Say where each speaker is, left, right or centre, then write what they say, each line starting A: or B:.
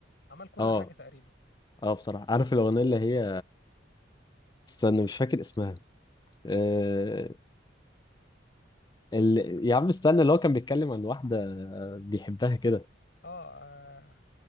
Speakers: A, on the left; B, on the left.
A: عمل كل
B: اه
A: حاجه تقريبا
B: اه بصراحه عارف الاغنيه اللي هي استنى مش فاكر اسمها آه... ال... يا عم استنى اللي هو كان بيتكلم عن واحده آه، بيحبها كده
A: اه, آه